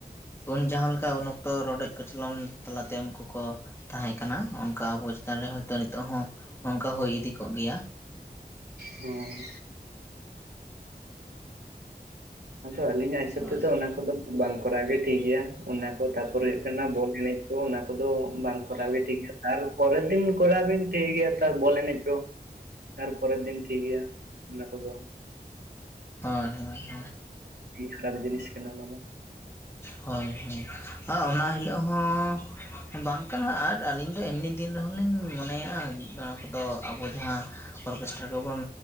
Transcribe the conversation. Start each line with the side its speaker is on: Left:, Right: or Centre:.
Left: ᱩᱱ ᱡᱟᱦᱟᱸᱠᱟ ᱩᱱ ᱚᱠᱛᱚ ᱨᱚᱰᱚᱡ ᱠᱚᱪᱚᱞᱚᱱ ᱞᱛᱟᱞᱟᱛᱮ ᱩᱱᱠᱩ ᱠᱚ, ᱛᱟᱦᱮᱸ ᱠᱟᱱᱟ ᱚᱱᱠᱟ ᱟᱵᱚ ᱪᱮᱛᱟᱱ ᱨᱮ ᱦᱳᱭᱛᱳ ᱱᱤᱛᱚᱜ ᱦᱚᱸ ᱚᱱᱠᱟ ᱦᱩᱭ ᱤᱫᱤ ᱠᱚᱜ ᱜᱮᱭᱟ,
Right: ᱦᱚ <inaudible> ᱟᱪᱪᱷᱟ ᱟᱹᱞᱤᱧᱟᱜ ᱦᱤᱥᱟᱹᱵ
Left: ᱦᱳᱭ
Right: ᱛᱮᱫᱚ ᱚᱱᱟ ᱠᱚᱫᱚ ᱵᱟᱝ ᱠᱚᱨᱟᱣ ᱜᱮ ᱴᱷᱤᱠ ᱜᱮᱭᱟ, ᱚᱱᱟ ᱠᱚ ᱛᱟᱯᱚᱨ ᱦᱩᱭᱩᱜ ᱠᱟᱱᱟ ᱵᱚᱞ ᱮᱱᱮᱡ, ᱛᱚ ᱚᱱᱟ ᱠᱚᱫᱚ ᱵᱟᱝ ᱠᱚᱨᱟᱣ ᱜᱮ ᱴᱷᱤᱠ ᱜᱮᱭᱟ, ᱛᱟᱨ ᱯᱚᱨᱮ ᱫᱤᱱ ᱠᱚᱨᱟᱣ ᱵᱤᱱ ᱴᱷᱤᱠ ᱜᱮᱭᱟ ᱛᱟᱨ ᱵᱚᱞ ᱮᱱᱮᱡ ᱠᱚ, ᱟᱨ ᱯᱚᱨᱮ ᱫᱤᱱ ᱴᱷᱤᱠ ᱜᱮᱭᱟ, ᱚᱱᱟ ᱠᱚᱫᱚ
Left: ᱦᱳᱭ,
Right: ᱠᱷᱨᱟ ᱵ ᱡᱤᱱ <unintelligible> ᱠᱟᱱᱟ ᱱᱟᱢᱟᱱᱟ
Left: ᱦᱳᱭ, ᱦᱳᱭ ᱚᱱᱟ ᱦᱤᱞᱳᱜ ᱦᱚᱸ, ᱵᱟᱝ ᱠᱟᱱᱟ, ᱟᱨ ᱟᱹᱞᱤᱧ ᱫᱚ ᱮᱢᱱᱤ ᱫᱤᱱ ᱨᱮᱦᱚᱸ ᱞᱤᱧ ᱢᱚᱱᱮᱭᱭᱟᱼᱟ ᱱᱚᱣᱟ ᱠᱚᱫᱚ ᱟᱵᱚ ᱡᱟᱦᱟᱸ ᱚᱨᱜᱮᱥᱴᱨᱟ ᱠᱚᱵᱚᱱ